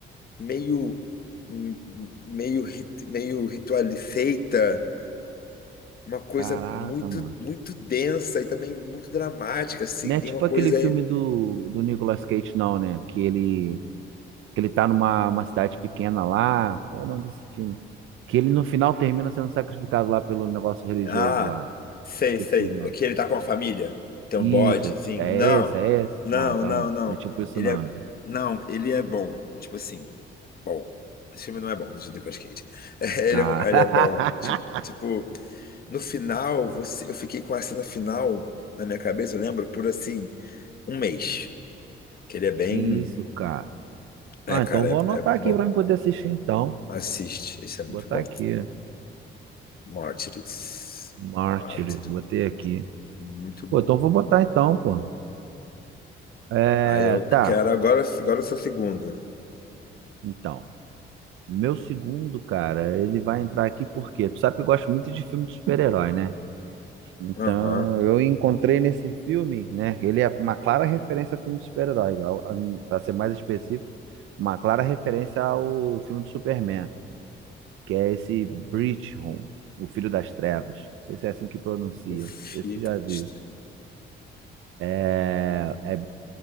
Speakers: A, on the left; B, on the right.
A: meio, m- m- meio, rit- meio ritual feita, uma coisa
B: caraca,
A: muito,
B: mano.
A: muito densa e também muito dramática, assim.
B: Não é
A: Tem
B: tipo
A: uma coisa.
B: aquele filme do, do Nicolas Cage, não, né? Que ele, que ele tá numa uma cidade pequena lá. Qual é o nome desse filme? Que ele no final termina sendo sacrificado lá pelo negócio religioso
A: Ah,
B: lá.
A: sei,
B: Esqueci,
A: sei.
B: mano.
A: Que ele tá com a família. Tem
B: Isso,
A: um bodezinho.
B: é, ti- é
A: Não,
B: esse, é esse?
A: não,
B: Não, então
A: não,
B: não.
A: não.
B: Não é tipo isso,
A: Ele
B: não.
A: é.
B: né?
A: Não, ele é bom. Tipo assim, bom. Esse filme não é bom, de Nicolas Cage. <laughs> Ele
B: Ah,
A: é, um- ele é bom. Ti-
B: <laughs>
A: Tipo, no final, você, eu fiquei com a cena final na minha cabeça, eu lembro, por assim, um mês. Que ele é bem.
B: que isso, cara.
A: É,
B: Ah,
A: cara,
B: então vou
A: é,
B: anotar
A: é muito
B: aqui
A: bom.
B: pra mim poder assistir, então.
A: Assiste, isso é muito
B: Botar
A: bom.
B: aqui.
A: Mártires.
B: Mártires,
A: Mártires.
B: botei aqui.
A: Muito bom.
B: Pô, então vou botar então, pô. É,
A: Aí eu quero
B: tá,
A: agora, agora o seu segundo.
B: então. Meu segundo, cara, ele vai entrar aqui porque tu sabe que eu gosto muito de filme de super-herói, né? Então,
A: Aham.
B: eu encontrei nesse filme, né? Ele é uma clara referência a filme de super-herói, ao- a- pra ser mais específico, uma clara referência ao filme do Superman, que é esse Home, o Filho das Trevas. Não sei se é assim que pronuncia.
A: O Fitch.
B: Não sei se tu já viu. É, é